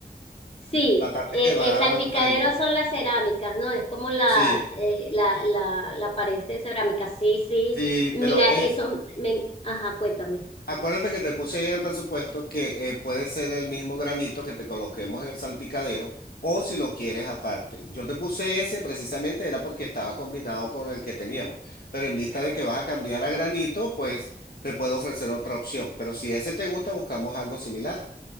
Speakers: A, on the left (about 40°); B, on the left (about 70°).
A: Sí,
B: la parte
A: eh,
B: que va
A: el salpicadero
B: al frente. ¿no?
A: son las cerámicas, ¿no? Es como la,
B: Sí,
A: eh, la, la, la pared de cerámica, sí, sí.
B: sí,
A: Mira,
B: pero es,
A: eso, me, ajá, cuéntame.
B: Acuérdate que te puse ahí en el presupuesto que eh, puede ser el mismo granito que te coloquemos en el salpicadero o si lo quieres aparte. Yo te puse ese precisamente era porque estaba combinado con el que teníamos, pero en vista de que vas a cambiar a granito, pues te puedo ofrecer otra opción. Pero si ese te gusta, buscamos algo similar.